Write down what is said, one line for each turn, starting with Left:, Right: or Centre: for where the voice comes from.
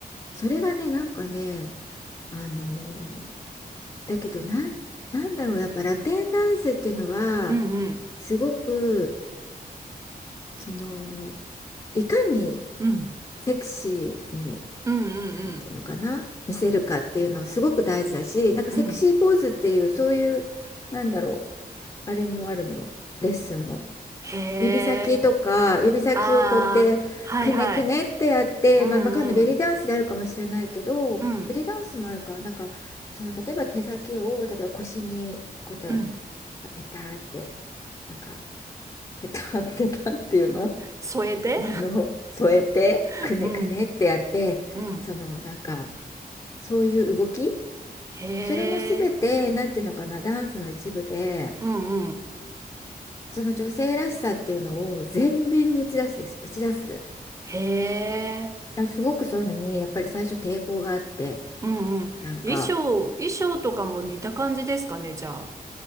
Left: それがね、なんかね、あのーだけどなん、なんだろう、やっぱラテンダンスっていうのは、
Right: うん
Left: すごく、その、いかに
Right: うん。うん。
Left: セクシーに、
Right: うんうん
Left: なんていうのかな、見せるかっていうのすごく大事だし、なんかセクシーポーズっていう、
Right: うん。うん。
Left: そういう、なんだろう、あれもあるのよ、レッスンも。
Right: へえ。
Left: 指先とか指先をこうやってくねくねってやって、
Right: ああ、はいはい。うんう
Left: まあ、バカのベリーダンスであるかもしれないけどベリーダンスもあるかなんかその例えば手先を例えば腰にこうやって
Right: ん。うん。うん。
Left: ペターってなんかペターってなんていうの、
Right: 添えて
Left: あの添えてくねくねってやってそのなんか
Right: <laughs> うん。うん。
Left: そういう動き
Right: へ
Left: それも全てなんていうのかなダンスの一部で
Right: え。うんうん。
Left: その女性らしさっていうのを全面に打ち出すです打ち出す。
Right: へえ。
Left: やすごくそういうのにやっぱり最初抵抗があって
Right: うんうん。
Left: なんか
Right: 衣装、衣装とかも似た感じですかね、じゃ